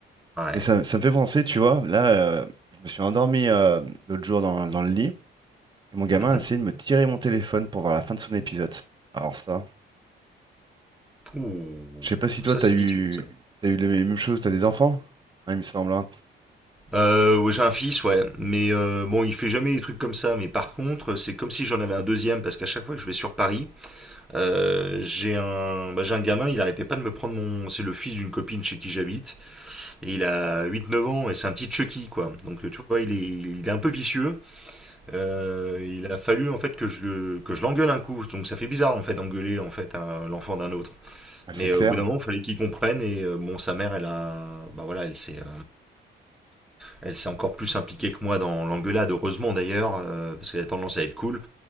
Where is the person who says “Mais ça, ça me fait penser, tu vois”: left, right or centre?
Right